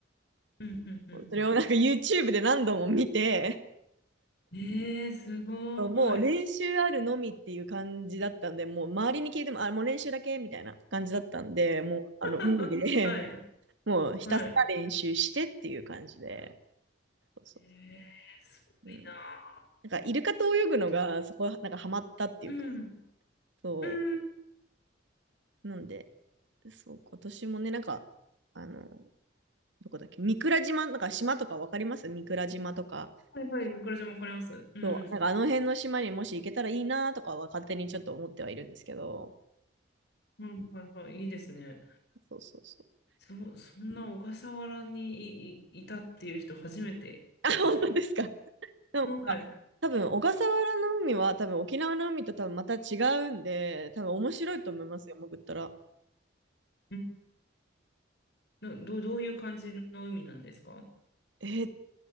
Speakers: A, on the left; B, on the right.
A: うんうんうんうん。
B: それをなんか YouTube で何度も見て、
A: えー、すごい。
B: もう練習あるのみっていう感じだったんで、もう周りに聞いても、あ、もう練習だけみたいな感じだったんで、もうあの海で
A: <laughs> はい。
B: <laughs> もうひたすら練習してっていう感じで、
A: はい。
B: そうそ
A: えー、すごいな
B: ううん、なんかイルカと泳ぐのがそこなんかハマったっていうか、
A: ー。うん。
B: そ
A: うん。
B: う、なんで、そう、今年もね、なんか、あの、どこだっけ、三倉島、なんか島とかわかります三倉島とか、
A: はいはい。これじゃわかります。うんうん。
B: そう、なんかあの辺の島にもし行けたらいいなとかは勝手にちょっと思ってはいるんですけど。
A: ういはいはい。いいですね。
B: そうそうそう。
A: そ、そんな小笠原にい、い、いたっていう人初めてです。
B: あ、本当ですか。でも、あ多分小笠原の海は多分沖縄の海と多分また違うんで、
A: はい。
B: 多分面白いと思いますよ、潜ったら。
A: うん、うんど、どうどういう感じの海なんですか
B: えー